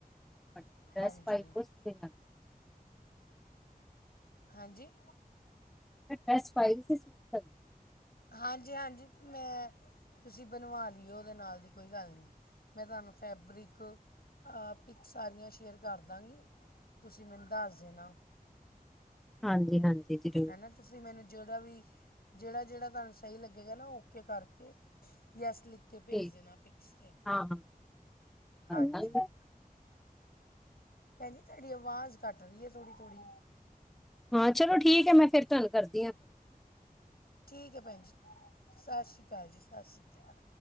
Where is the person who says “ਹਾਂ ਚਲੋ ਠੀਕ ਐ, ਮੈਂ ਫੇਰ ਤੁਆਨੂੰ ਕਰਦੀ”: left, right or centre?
Centre